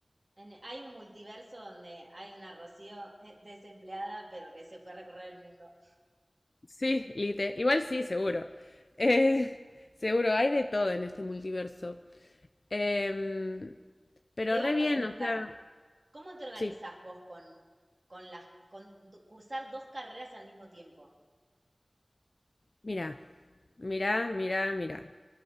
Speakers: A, on the right; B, on the left.
A: En- hay un multiverso donde hay una Rocío eh, desempleada, pero que se fue a recorrer el mundo.
B: Sí, Lite. Igual sí, seguro. Eh, seguro, hay de todo en este multiverso. Em, pero
A: Y te iba
B: re
A: a
B: bien,
A: preguntar,
B: o sea,
A: ¿Cómo te organizás
B: sí,
A: vos con, con las, con do- cursar dos carreras al mismo tiempo?
B: mira mira mira mira